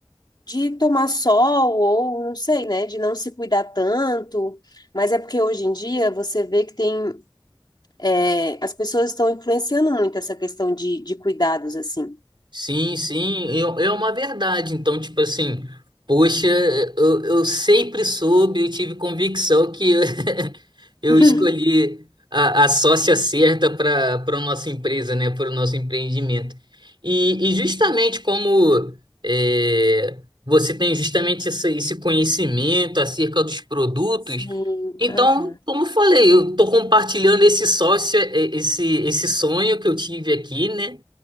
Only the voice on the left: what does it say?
de tomar sol, ou não sei, né, de não se cuidar tanto. Mas é porque hoje em dia você vê que tem é, as pessoas estão influenciando muito essa questão de, de cuidados, assim.
<laughs>
Sim,
aham,